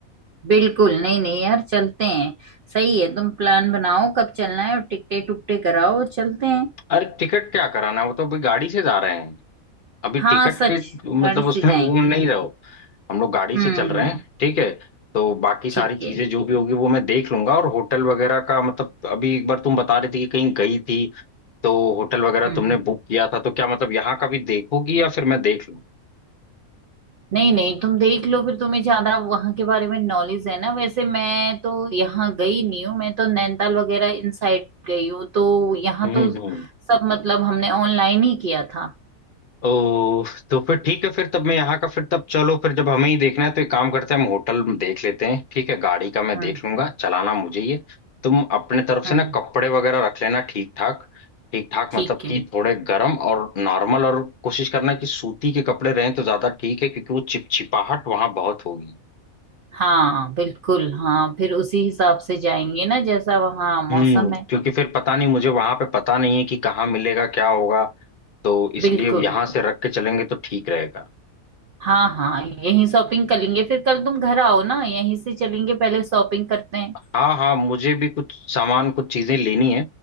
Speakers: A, on the right; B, on the left.
A: बिल्कुल नहीं नहीं यार चलते हैं सही है तुम प्लान बनाओ कब चलना है और टिकटे टुकटे कराओ और चलते हैं
B: अरे टिकट क्या कराना है? वो तो अभी गाड़ी से जा रहे हैं अभी
A: हाँ
B: टिकट
A: सच
B: के मतलब
A: गाड़ी से
B: उसमें
A: जाएंगे
B: वो नहीं
A: हम
B: रहो हम लोग गाड़ी
A: हम्म
B: से चल रहे हैं ठीक है तो बाकी सारी
A: ठीक
B: चीजें
A: है
B: जो भी होगी वो मैं देख लूंगा और होटल वगैरह का मतलब अभी एक बार तुम बता रही थी कि कहीं गई थी तो होटल वगैरह
A: हम्म
B: तुमने बुक किया था तो क्या मतलब यहाँ का भी देखोगी या फिर मैं देख लूँ
A: नहीं नहीं तुम देख लो फिर तुम्हें ज्यादा वहां के बारे में नॉलेज है ना वैसे मैं तो यहाँ गई नहीं हूँ मैं तो नैनीताल वगैरह इन साइड गई हूँ तो यहाँ
B: हम्म
A: तो
B: हम्म
A: सब मतलब हमने ऑनलाइन ही किया था
B: ओ तो फिर ठीक है फिर तब मैं यहाँ का फिर तब चलो फिर जब हमें ही देखना है तो एक काम करते हैं हम होटल में देख लेते हैं ठीक है गाड़ी का मैं
A: हम्म
B: देख लूंगा चलाना मुझे ये तुम अपने तरफ से
A: हम्म
B: ना
A: हम्म,
B: कपड़े वगैरह रख लेना ठीक ठाक ठीक ठाक
A: ठीक
B: मतलब
A: है
B: कि थोड़े गर्म और नॉर्मल और कोशिश करना कि सूती के कपड़े रहें तो ज्यादा ठीक है क्योंकि वो चिपचिपाहट वहां बहुत होगी
A: हाँ बिल्कुल हाँ फिर उसी हिसाब से जाएंगे ना जैसा वहाँ मौसम
B: हम्म
A: है
B: क्योंकि फिर पता नहीं मुझे वहां पे पता नहीं है कि कहाँ मिलेगा क्या होगा तो इसलिए
A: बिल्कुल
B: यहाँ से रख के चलेंगे तो ठीक रहेगा
A: हाँ हाँ यहीं शॉपिंग कर लेंगे फिर कल तुम घर आओ ना यहीं से चलेंगे पहले शॉपिंग करते हैं
B: हाँ हाँ मुझे भी कुछ सामान कुछ चीजें लेनी है